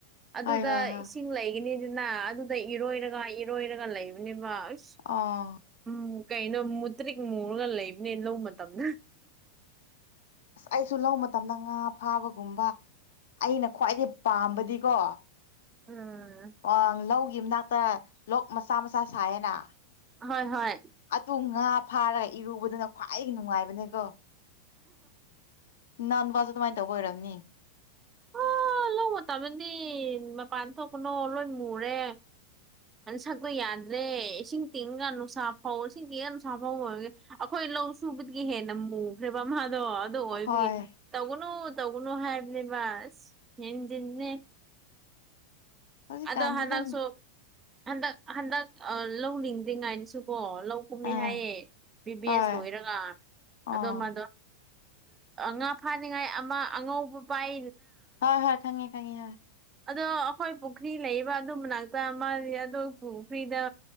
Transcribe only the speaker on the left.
ꯍꯣꯏ ꯍꯣꯏ ꯍꯣꯏ
ꯑꯥ
ꯑꯁ ꯑꯩꯁꯨ ꯂ ꯃꯇꯝꯗ ꯉꯥ ꯐꯥꯕꯒꯨꯝꯕ ꯑꯩꯅ ꯈ꯭ꯋꯥꯏꯗꯩ ꯄꯥꯝꯕꯗꯤꯀꯣ
ꯑ ꯂꯧꯒꯤ ꯃꯅꯥꯛꯇ ꯂꯣꯛ ꯃꯆꯥ ꯃꯆꯥ ꯁꯥꯏꯌꯦꯅ
ꯑꯗꯨ ꯉꯥ ꯐꯥꯔꯒ ꯏꯔꯨꯕꯗꯨꯅ ꯈ꯭ꯋꯥꯏꯗꯒꯤ ꯅꯨꯡꯉꯥꯏꯕꯅꯦꯀꯣ ꯅꯟ ꯋꯥꯁꯨ ꯑꯗꯨꯃꯥꯏꯅ ꯇꯧꯕ ꯑꯣꯏꯔꯝꯅꯤ
ꯍꯣꯏ
ꯍꯧꯖꯤꯛꯀꯥꯟꯗꯤ
ꯑꯗꯨꯝ
ꯑꯥ
ꯍꯣꯏ
ꯑꯣ
ꯍꯣꯏ ꯍꯣꯏ ꯈꯪꯉꯤ ꯈꯪꯉꯤ